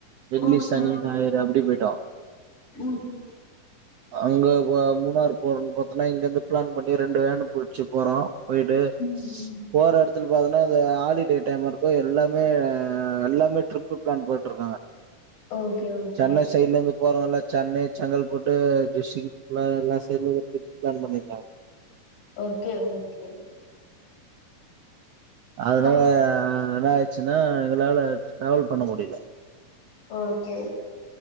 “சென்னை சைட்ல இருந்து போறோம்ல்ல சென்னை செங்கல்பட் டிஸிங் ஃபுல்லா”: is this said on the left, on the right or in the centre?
Right